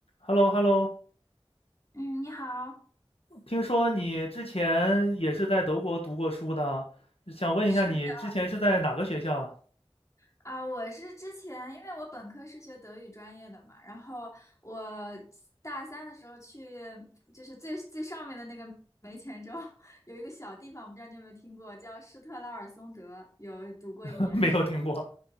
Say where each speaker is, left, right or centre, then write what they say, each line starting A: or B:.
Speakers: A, on the left; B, on the left.
A: h e l l o h e l l o
B: 嗯，你好，
A: 听说你之前也是在德国读过书的，想问一下你之前是在哪个学校啊
B: 是的，啊、我是之前，因为我本科是学德语专业的嘛，然后我大三的时候去，就是最最上面的那个煤前州 <laughs> 有一个小地方，我不知道你有没有听过，叫施特拉尔松德，有读过一年书，
A: <laughs> 没有听过。